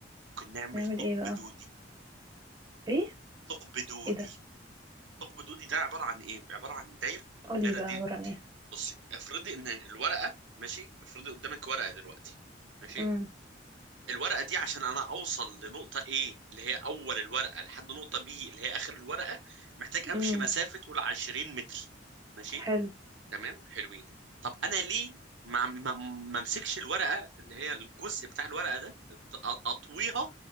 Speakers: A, on the right; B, on the right.
A: ممكن نعمل
B: نعمل
A: ثقب
B: ايه بقى
A: دودي
B: ايه
A: ثقب دودي
B: ايه ده
A: ثقب دودي ده عباره عن ايه عباره عن دايره
B: قولي
A: الدايره
B: بقى
A: دي
B: عبارة عن ايه
A: بصي افرضي ان الورقه ماشي افرضي قدامك ورقه دلوقتي ماشي
B: امم
A: الورقه دي عشان انا اوصل لنقطه ايه اللي هي اول الورقه لحد نقطه بي اللي هي اخر الورقه محتاج امشي
B: امم
A: مسافه قول 20 متر ماشي
B: حلو
A: تمام حلوين طب انا ليه ما ما ما امسكش الورقه اللي هي الجزء بتاع الورقه ده أط- اطويها